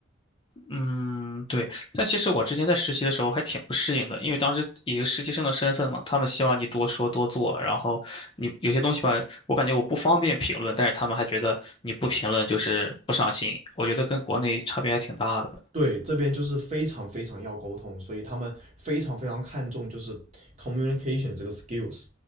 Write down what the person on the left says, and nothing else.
嗯，对，但其实我之前在实习的时候还挺不适应的，因为当时以一个实习生的身份嘛，他们希望你多说多做，然后你有些东西吧，我感觉我不方便评论，但是他们还觉得你不评论就是不上心，我觉得跟国内差别还挺大的。